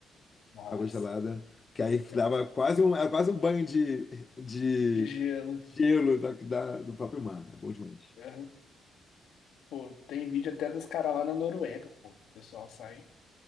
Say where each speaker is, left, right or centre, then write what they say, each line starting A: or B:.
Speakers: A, on the left; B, on the left.
A: Nossa,
B: água gelada, que aí
A: aquelas-
B: dava quase um, era quase um banho de, de
A: De gelo.
B: gelo da, da- do próprio mar. É bom demais.
A: Uhum. Pô, tem vídeo até dos caras lá na Noruega, pô. O pessoal sai.